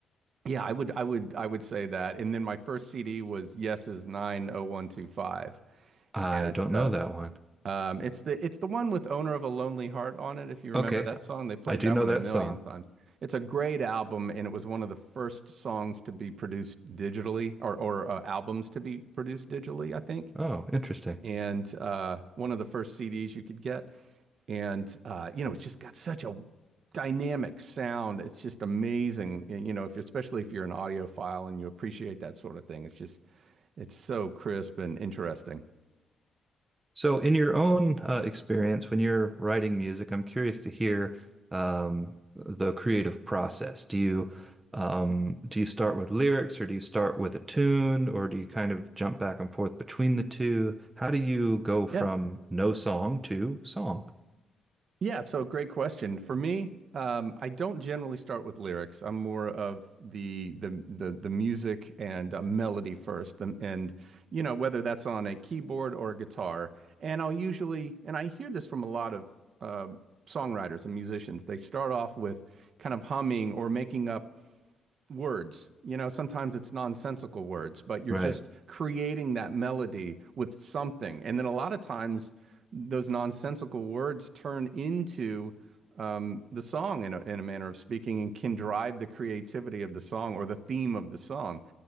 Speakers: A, on the right; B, on the right.
A: yeah, I would, I would, I would say that. And then my first CD was Yes's nine oh one two five,
B: I
A: and
B: don't know
A: uh,
B: that one.
A: um, it's the it's the one with "Owner of a Lonely Heart" on it. If you remember
B: Okay,
A: that song, they played
B: I do
A: that
B: know
A: one
B: that
A: a million
B: song.
A: times. It's a great album, and it was one of the first songs to be produced digitally, or or uh, albums to be produced digitally, I think,
B: Oh, interesting.
A: and uh, one of the first CDs you could get. And uh, you know, it's just got such a dynamic sound. It's just amazing. You know, if you're especially if you're an audiophile and you appreciate that sort of thing, it's just it's so crisp and interesting.
B: So, in your own uh, experience, when you're writing music, I'm curious to hear um, the creative process. Do you um, do you start with lyrics, or do you start with a tune, or do you kind of jump back and forth between the two? How do you go
A: Yeah.
B: from no song to song?
A: Yeah, so great question. For me, um, I don't generally start with lyrics. I'm more of the the the, the music and uh, melody first, and, and you know whether that's on a keyboard or a guitar. And I'll usually, and I hear this from a lot of um songwriters and musicians. They start off with kind of humming or making up words. You know, sometimes it's nonsensical words, but you're
B: Right,
A: just creating that melody with something. And then a lot of times those nonsensical words turn into um, the song in a, in a manner of speaking and can drive the creativity of the song or the theme of the song.